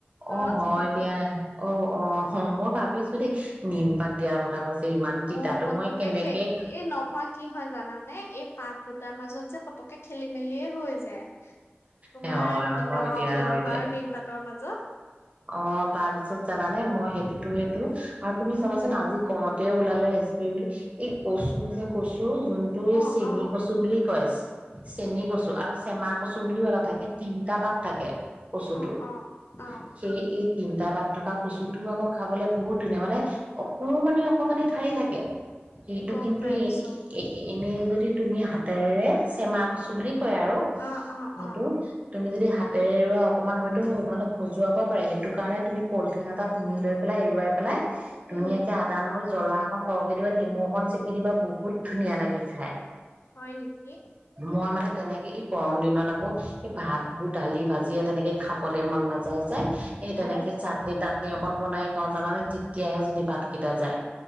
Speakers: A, on the left (about 85°); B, on the right (about 35°).
A: নৰসিংহ
B: অ হয় দিয়া অ আহ মই ভাবিছো দেই মিম পাত দিয়াৰ কথা কৈছে ইমান তিতাতো
A: উ পতককে
B: মই কেনেকে
A: খে এই নহয়। কি হয় জানে এই পাত দুটাৰ মাজত যে পতকে খেলি মেলি স হৈ যায় তোমাৰ
B: হয়, হয়, হয়
A: নৰসিংহ
B: দিয়া হয় দিয়া
A: আৰু নিম পাতৰ মাজত
B: অ তাৰপিছত জানানে মই সেইটোতো সটো আৰু তুমি
A: উম
B: চাবাচোন আজি কত লাল এছ ক ক টো যোনটো এই
A: অ
B: চেনি
A: অ
B: কচু বুলি কয়। কয় চেনি কচু আৰু চেমা কচু বুলিও এটা থাকে তিনটা পাত থাকে। কচুটোৰ
A: অ অ অ
B: সেই এই তিনিটা পাত থকা কচুটোও আকৌ খাবলৈ বহুত ধুনীয়া মানে অকণমানি অকমানি ঠাৰি থাকে এইটো
A: গম
B: কিন্তু
A: পাইছো
B: এই এ এনেই যদি তুমি হাতেৰে চেমা কছো বুলি, হয় আৰু
A: অ অ
B: সিটো
A: অ
B: তুমি যদি হাতেৰে এৰুৱা অকমান হয়তো মানে খোজ। যাব পাৰে সেইটো কাৰণে তুমি পলিথিন এটা পিঙি লৈ পেলাই এৰুৱাই পেলাই,
A: উম
B: ধুনীয়াকে আদা নহয় জ্বলা অকন সৰহকে দিবা নেমু অকণ চেপি দিবা বহুত ধুনীয়া লাগে খাই।
A: হয় নেকি?
B: মই মানে তেনেকে এই গৰম দিনত আকৌ এই ভাত বোৰ দালি ভাজি তেনেকে খাবলে মন নাযায় এই
A: অ
B: তেনেকে চাটনি তাটনি, অকন বনাই খাওঁ জানানে তেতিয়াহে যদি ভাতকেইটা যায়,